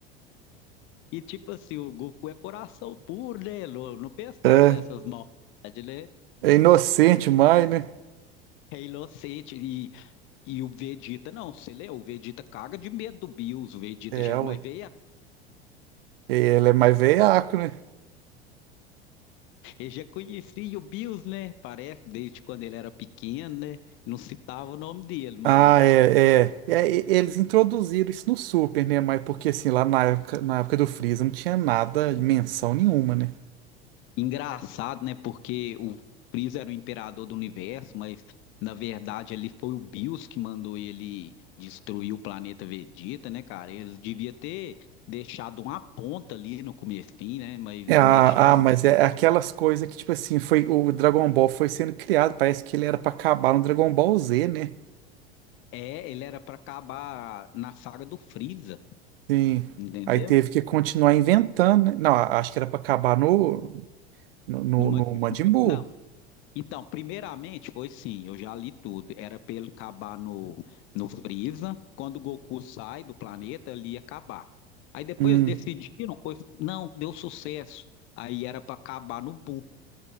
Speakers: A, on the left; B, on the right.
A: E tipo assim, o Goku é coração puro, né? Não, não pensava
B: É,
A: nessas maldades, né?
B: é inocente mais, né?
A: É inocente. E, e o Vegeta, não, você lê? O Vegeta caga de medo do Bills. O Vegeta
B: É,
A: já, mas
B: ué.
A: veio,
B: Ele é mais veiaco né?
A: ele já conhecia o Bills, né? Parece, desde quando ele era pequeno, né? Não citava o nome dele, mas
B: Ah, é, é, É, e- Eles introduziram isso no Super, né? Mas porque assim, lá na época, na época do Freeza não tinha nada, menção nenhuma, né?
A: engraçado, né? Porque o Freeza era o imperador do universo, mas na verdade ali foi o Bills que mandou ele destruir o planeta Vegeta, né, cara? Eles devia ter deixado uma ponta ali no comecinho, né? Mas
B: É, ah,
A: não deixaram
B: ah, mas
A: nada.
B: é aquelas coisas que, tipo assim, foi, o Dragon Ball foi sendo criado, parece que ele era pra acabar no Dragon Ball Z, né?
A: É, ele era pra acabar na saga do Freeza,
B: Sim.
A: entendeu?
B: Aí teve que continuar inventando, né? Não, a- acho que era para acabar no, no, no,
A: Numa,
B: no Majin Buu.
A: numa- Então, primeiramente foi sim, eu já li tudo. Era pra ele acabar no, no Freeza. Quando o Goku sai do planeta, ele ia acabar. Aí depois
B: Hum.
A: decidiram, foi, não, deu sucesso. Aí era pra acabar no Buu.